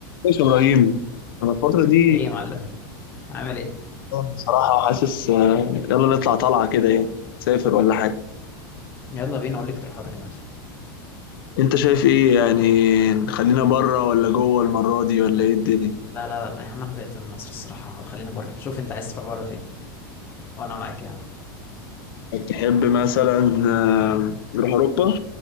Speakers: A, on the left; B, on the left.
A: ماشي يا ابراهيم انا الفتره دي
B: ايه يا معلم عامل ايه
A: بصراحه حاسس آه، يلا نطلع طلعه كده يعني سافر ولا حاجه
B: يلا بينا اقول لك اقتراحاتك يا معلم
A: انت شايف ايه يعني خلينا بره ولا جوه المره دي ولا ايه الدنيا
B: لا لا لا لا يا عم انا زهقت من مصر الصراحه خلينا بره شوف انت عايز تروح بره فين وانا معاك يا عم
A: تحب مثلا آه، نروح اوروبا